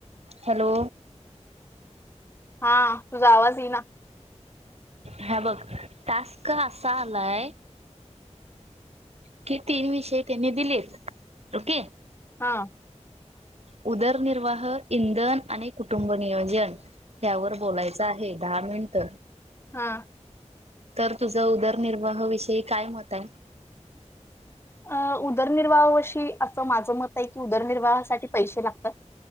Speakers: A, on the right (about 60°); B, on the left (about 20°).
A: ਹੈਲੋ?
B: ਹਾਂ ਤੂੰ ਆਵਾਜ਼ ਹੀਈ ਨਾ
A: ਹਂ ਬਗ ਟਾਸਕ ਅਾ ਹਲਾਏ ਕੀ ਤੀਨ ਵਿਸ਼ੇ ਨੇ ਦਿੱਲੀ ਓਕੇ
B: ਹਾਂ
A: ਉਧਰ ਨਿਰਵਾਹ ਇੰਧਨ ਕ ਕੁਟਬ ਨਿਯੋਜਨ ਹ ਵ ਬੋਲਾਇ ਚ ਹੈ ਦਾਹ ਮਿੰਟ
B: ਹਾਂ
A: ਤਾਂ ਤ ਤੁਜਾ ਉਦਰਨਿਰਵਾਹ ਵਿਸ਼ੇੀ ਕਈ ਮਤ ਆਈ
B: ਅ ਉਦਰਨਿਰਵਾਹਾ ਵਸ਼ੀ ਅ ਮਝ ਮਤ ਹੈ ਕਿ ਉਦਰਨਿਰਵਾਹਾ ਸਾ ਪੈਸੇ ਲਗਤ